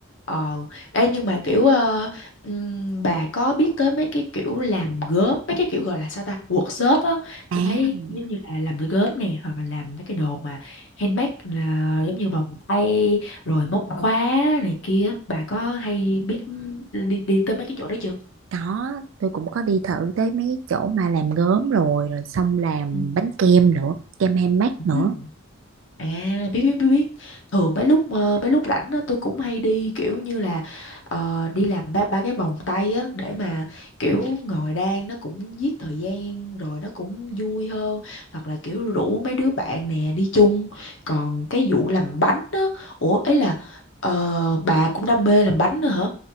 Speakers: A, on the left; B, on the right.
A: Ờ, ê nhưng mà kiểu ờ, ừm, bà có biết tới mấy cái kiểu làm gốm, mấy cái kiểu gọi là sao ta, workshop á,
B: à
A: tôi thấy giống như là làm gốm nè, hoặc là làm mấy cái đồ mà handmade là giống như vòng tay, rồi móc khóa này kia, bà có hay biết đi đi tới mấy cái chỗ đó chưa?
B: có tôi cũng có đi thử tới mấy cái chỗ mà làm gốm rồi rồi xong làm
A: Ừ.
B: bánh kem nữa kem handmade
A: Ừ.
B: nữa
A: À biết biết biết biết Thường mấy lúc ờ, mấy lúc rảnh á tôi cũng hay đi kiểu như là ờ, đi làm ba ba cái vòng tay á để mà kiểu ngồi đan nó cũng giết thời gian rồi nó cũng vui hơn hoặc là kiểu rủ mấy đứa bạn nè đi chung còn cái vụ làm bánh á ủa ấy là ờ, bà cũng đam mê làm bánh nữa hả?